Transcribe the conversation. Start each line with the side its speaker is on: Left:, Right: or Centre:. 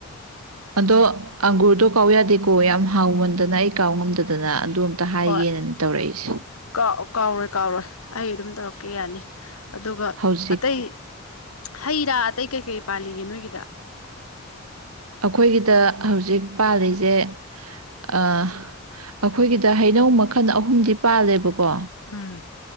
Right: ꯑꯗꯣ ꯑꯪꯒꯨꯔꯗꯣ ꯀꯥꯎ ꯌꯥꯗꯦꯀꯣ ꯌꯥꯝ ꯍꯥꯎꯃꯟꯗꯅ ꯑꯩ ꯀꯥꯎ ꯉꯝꯗꯗꯅ ꯑꯗꯨ ꯑꯝꯇ ꯍꯥꯏꯒꯦꯅꯅꯦ
Left: ꯍꯣꯏꯥꯎ
Right: ꯇꯧꯔꯛꯏꯁꯦ
Left: ꯀꯥꯎꯔꯣꯏ ꯀꯥꯎꯔꯣꯏ ꯑꯩ ꯑꯗꯨꯝ ꯇꯧꯔꯛ ꯀ ꯌꯥꯅꯤ ꯑꯗꯨꯒ
Right: ꯍꯧꯖꯤꯛ
Left: ꯑꯇꯩ ꯍꯩ ꯔꯥ ꯑꯇꯩ ꯀꯩꯀꯩ ꯄꯥꯜꯂꯤꯒꯦ ꯅꯣꯏꯒꯤꯗ
Right: ꯑꯩꯈꯣꯏꯒꯤꯗ ꯍꯧꯖꯤꯛ ꯄꯥꯜꯂꯤꯁꯦ ꯑꯩꯈꯣꯏꯒꯤꯗ ꯍꯩꯅꯧ ꯃꯈꯜ ꯑꯍꯨꯝꯗꯤ ꯄꯥꯜꯂꯦꯕꯀꯣ
Left: ꯎꯝ